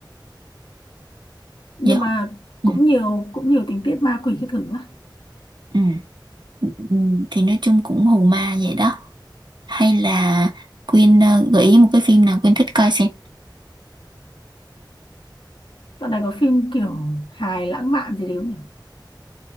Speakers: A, on the left; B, on the right.
A: nhưng
B: Dạ.
A: mà
B: Ừ,
A: cũng nhiều cũng nhiều tình tiết ma quỷ các thứ á
B: ừ, ừ. Thì nói chung cũng hù ma vậy đó. Hay là Quyên ờ, gợi ý một cái phim nào Quyên thích coi xem.
A: dạo này có phim kiểu hài lãng mạn gì đấy không nhỉ